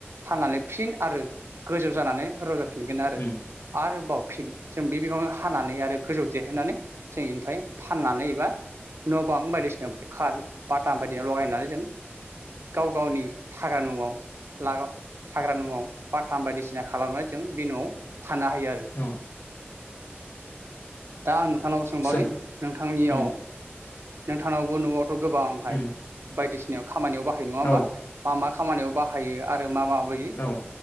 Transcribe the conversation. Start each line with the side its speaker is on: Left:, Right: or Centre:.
Right: फाननानै फिन आरो गोजौ जानानै रज' फिनगोन आरो
Left: उम,
Right: आरोबाव फिन जों बे हानानै आरो गोजौ देरहोनानै जों इनिफाय फाननानै एबा न'बां बायदिसिना खाल बाटाम बायदि लगायनानै जों गाव गावनि थाग्रा न'आव लाग थाग्रा न'आव बाथाम बायदिसिना खालामनानै जों बि न'आव थानो हायो आरो
Left: औ
Right: दा नु थांनावबो सोंबावनि
Left: सों
Right: नोंथांनियाव
Left: उम,
Right: नोंथांङावबो न'आव, थ' गोबांहाय
Left: उम,
Right: बायदिसि खामानियाव बाहायो नङा होमबा
Left: औ
Right: मा मा? खामानियाव बाहायो आरो मा मा? बै।
Left: औ